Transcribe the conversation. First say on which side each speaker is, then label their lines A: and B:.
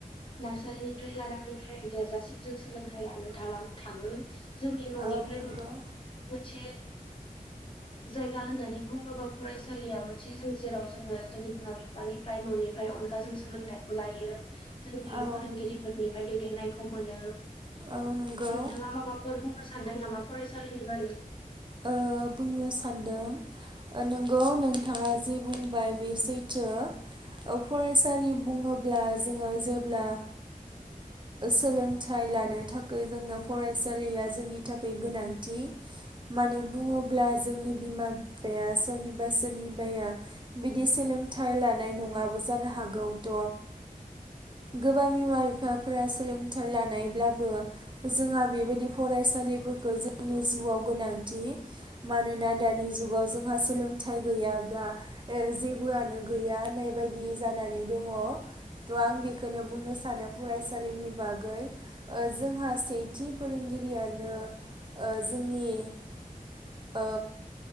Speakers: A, on the left; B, on the right.
A: नार्सारिनिफ्राय लानानैनिफ्राय देरजासिम जों सोलोंथाइ लानो थांङो जोंनि ननिफ्राय
B: औ नंगौ
A: मोनसे बे जायगा होननानै बुङोबा फरायसालिया मोनसे जों जेराव जोङो जोंनि बिमा बिफानिफ्राय ननि <unintelligible> जों सोलोंथाइखौ लायो जोंनि
B: औ
A: फोरोंगिरिफोरनि आमफ्राय दैदेननायखौ मोनो
B: औ नंगौ
A: नोंथांङा माबाफोर बुंनो सानदों नामा फरायसालिनि बारै
B: ओ बुंनो सानदों नंगौ नोंथाङा जि बुंबाय बे सैथो फरायसालि बुङोब्ला जोङो जेब्ला सोलोंथाइ ओ लानो थाखाय जोंनो फरायसालिया जोंनि थाखाय गोनांथि मानो बुङोब्ला जोंनि बिमा बिफाया सोरनिबा बा सोरनिबाया बिदि सोलोंथाइ लानाय नङाबो जानो हागौथ गोबां बिमा बिफाफोरा सोलोंथाइ लानायब्लाबो जोंहा बेबायदि फरायसालिफोरखौ जोंनि जिउआव गोनांथि मानोना दानि जुगाव जोंहा सोलोंथाइ गैयाब्ला ओ जेबोआनो गैया होननाय बायदि जानानै दङ थ आं बेखौनो बुंनो सानो फरायसालिनि बागै ओ जोंहा सेथि फोरोंगिरियानो ओ जोंनि ओ